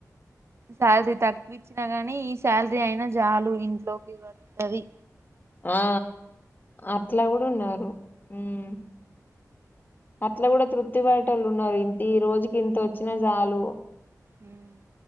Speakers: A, on the right (about 45°); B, on the left (about 30°).
A: శాలరీ తక్కువ ఇచ్చినా గాని ఈ శాలరీ అయినా చాలు ఇంట్లోకి పడుతది.
B: ఆ అట్లా కూడా
A: చేసిన
B: ఉన్నారు ఊమ్ అట్లా కూడా తృప్తి బడే వాళ్ళు ఉన్నారు. ఇంత ఈ రోజుకి ఇంత వచ్చినా జాలు
A: హ్మ్